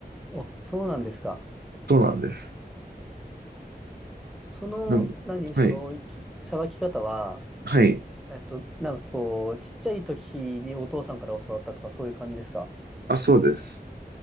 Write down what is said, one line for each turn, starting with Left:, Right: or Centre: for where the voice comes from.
Centre: お、そうなんですか。
Right: そうなんです。
Centre: その、
Right: なん、
Centre: 何、
Right: はい。
Centre: その、きさばき方は、
Right: はい。
Centre: えっと、なんかこう、ちっちゃい時にお父さんから教わったとかそういう感じですか
Right: あ、そうです。